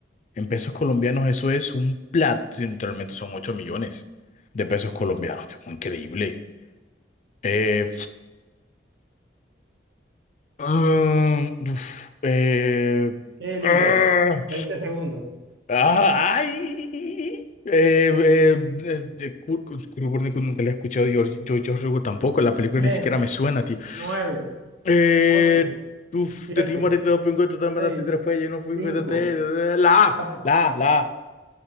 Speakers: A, on the left; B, on the right.
A: En pesos colombianos eso es un plat, realmente son ocho millones de pesos colombianos. tipo, Increíble. Eh, Ah, uf, eh,
B: ¿Qué eliges?
A: ah,
B: 20 segundos.
A: ah, ay, eh, eh, de- de Kurt- Kurt Vonnegut nunca la he escuchado, yo, yo, yo Hugo tampoco, la película
B: 10,
A: ni siquiera me suena, tío.
B: 9,
A: Eh,
B: 8,
A: uf,
B: 7,
A: de ti morir de dopingo, tú te mataste
B: 6,
A: tres fue, yo no fui,
B: 5,
A: vete, la A,
B: 4.
A: la A, la A,